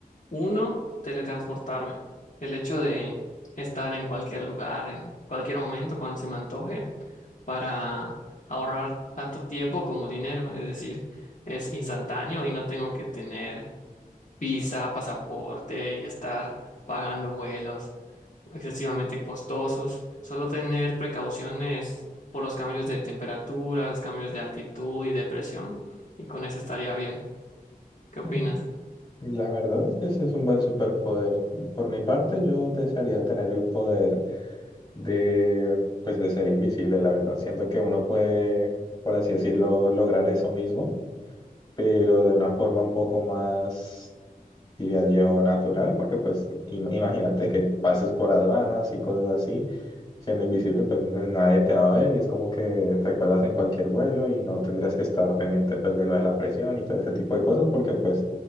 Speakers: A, on the left; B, on the left.
A: Uno, teletransportarme. El hecho de estar en cualquier lugar, en cualquier momento, cuando se me antoje, para ahorrar tanto tiempo como dinero. Es decir, es instantáneo y no tengo que tener visa, pasaporte y estar pagando vuelos excesivamente costosos. Solo tener precauciones por los cambios de temperatura, los cambios de altitud y de presión. Y con eso estaría bien. ¿Qué
B: Mm.
A: opinas?
B: La verdad es que sí es un buen superpoder. Por mi parte, yo desearía tener el poder de, pues, de ser invisible, la verdad. Siento que uno puede, por así decirlo, lograr eso mismo, pero de una forma un poco más diría yo, natural, porque pues im- imagínate que pases por aduanas y cosas así, siendo invisible, pues n- nadie te va a ver y es como que te cuelas en cualquier vuelo y no tendrías que estar pendiente pues de lo de la presión y todo ese tipo de cosas, porque pues